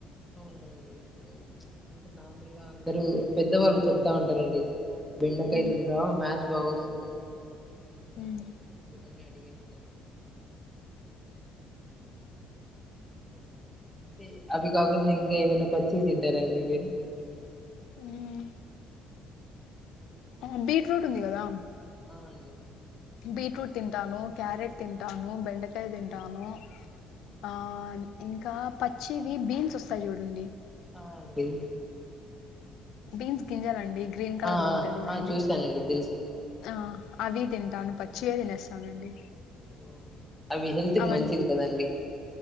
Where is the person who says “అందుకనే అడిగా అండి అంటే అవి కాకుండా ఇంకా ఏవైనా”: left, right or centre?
Centre